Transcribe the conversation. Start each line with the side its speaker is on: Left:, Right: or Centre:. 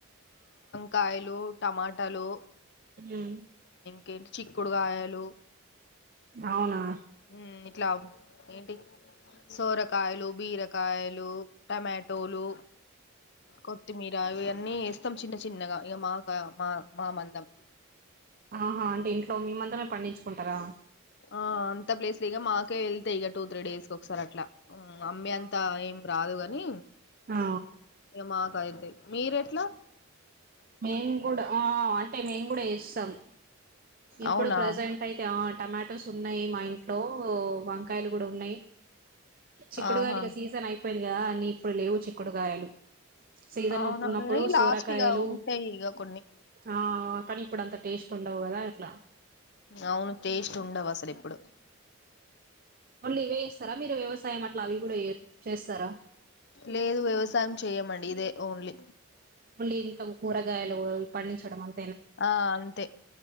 Left: కాయలు టమాటలు
Right: ఊ
Left: కేంటి చిక్కుడు కాయలు
Right: అవునా
Left: ఊ ఇట్ల ఏంటి సొరకాయలు బీరకాయలు టమాటోలు కొత్తిమీరా అవే అన్నీ ఏస్తాం చిన్న చిన్నగా ఇగ మాకా మా మా మందం
Right: ఆహా అంటే ఇంట్లో మీ మందమే పండించుకుంటరా
Left: ఆ అంత ప్లేస్ల ఇక మాకే వెళ్తాయి ఇక టూ త్రీ డేస్ కి ఒకసారి అట్ల ఊ అమ్మె అంతా
Right: అవునా
Left: ఏం రాదు గని
Right: ఆ
Left: ఇగ మాక్ పైది మీరెట్ల
Right: మేము కూడా ఆ అంటే మేము కూడా ఏస్తాం ఇప్పుడు
Left: అవునా
Right: ప్రెజెంట్ అయితే ఆ టమాటోస్ ఉన్నయి మా ఇంట్లో వంకాయలు కూడా ఉన్నాయి చిక్కుడుగాయలిగ
Left: ఆహా
Right: సీజన్ అయిపోయింది కదా అన్ని ఇప్పుడు లేవు చిక్కుడుగాయలు సీజన్
Left: అవునవును
Right: ఒక్కున్నప్పుడు
Left: కానీ
Right: సొరకాయలు
Left: లాస్ట్ ఇక ఉంటాయి ఇక కొన్ని
Right: ఆ కానీ ఇప్పుడు అంత టేస్ట్ ఉండవు కదా అట్లా
Left: అవును టేస్ట్ ఉండవు అసలు ఇప్పుడు
Right: ఓన్లీ ఇవే ఏస్తర మీరు వ్యవస సాయం అట్ల అవి కూడా ఏ చేస్తరా
Left: లేదు వ్యవసాయం చెయ్యమండి ఇదే ఓన్లీ
Right: మళ్ళీ ఇంట్లో కూరగాయలు పండించడం అం
Left: ఆ అంతే